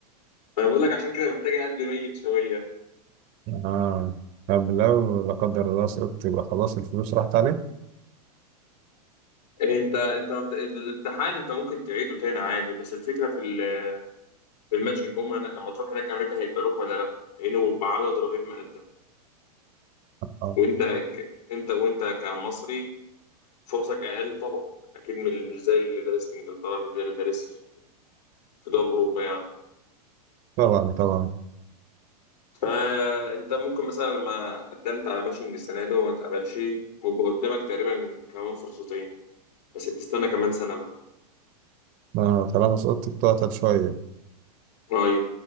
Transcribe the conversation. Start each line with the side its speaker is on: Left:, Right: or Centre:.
Left: ما أنا بقول لك عشان كده محتاجة قلب ميت شوية
Right: اه طب لو لا قدر الله سقطت يبقى خلاص الفلوس راحت عليك
Left: أنت أنت ما بت- الامتحان أنت ممكن تعيده تاني عادي بس الفكرة في ال- في الماتشنج هم هنا- لما تروح هناك أمريكا هيقبلوك ولا لأ لأنه بعدد رهيب مقدم
Right: اه
Left: وأنت ك- أنت وأنت كمصري فرصك أقل طبعا أكيد من- مش زي اللي دارس في إنجلترا مش زي اللي دارس في دول أوروبا يعني
Right: طبعا طبعا
Left: فانت ممكن مثلا لما قدمت على ماتشنج السنه دي وما تقبلش ويبقى قدامك تقريبا كمان فرصتين بس بتستنى كمان سنه بقى
Right: آه طالما سقطت بتعطل شوية
Left: ايوه